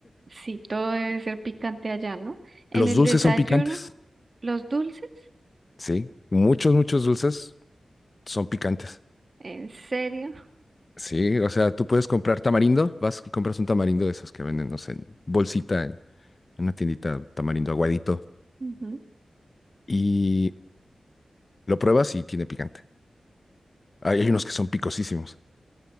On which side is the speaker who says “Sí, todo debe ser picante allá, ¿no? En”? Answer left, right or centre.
Right